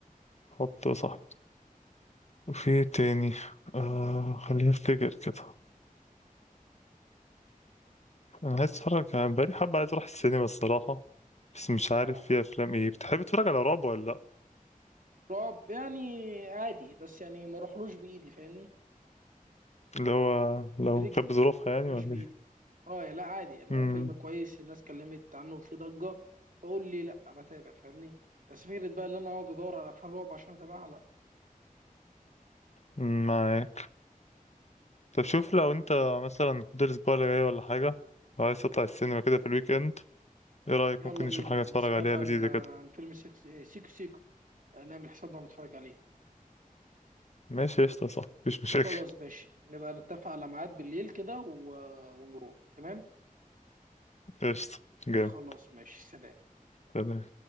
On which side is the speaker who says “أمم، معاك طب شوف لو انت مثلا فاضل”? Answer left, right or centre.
Left